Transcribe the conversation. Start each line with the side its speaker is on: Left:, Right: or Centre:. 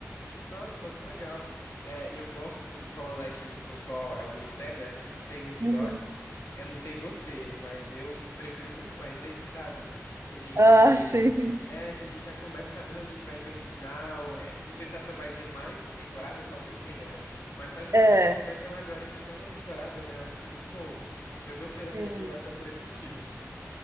Left: Nossa, não, que legal. É, e eu gosto, você falou, né, que são só, é uma minissérie, né, só com seis episódios.
Right: Uhum. <laughs>
Left: Eu não sei você, mas eu prefiro muito mais esse, sabe? Que a gente,
Right: Ah, sim.
Left: é, que a gente já começa sabendo ali que vai ter um final. É, não sei se essa vai ter mais temporadas, talvez tenha, né? Mas só de você
Right: É,
Left: já estar começando agora e ter só uma temporada, né, eu acho muito bom. <laughs> Eu gostei dessa
Right: sim.
Left: recomendação por esse motivo.